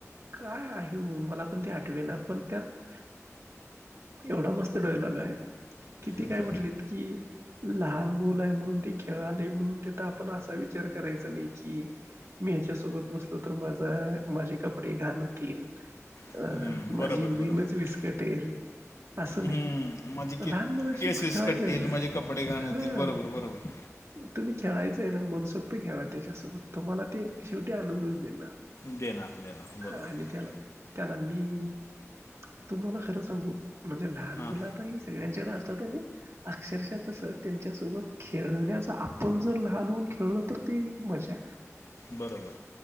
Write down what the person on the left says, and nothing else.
अच्छा
हम्म,
बरोबर
बरोबर
हम्म माझी के
केसेस
कटतील
माझे कपडे घाण
होतील बरोबर बरोबर
देणार देणार बरोबर
हां
बरोबर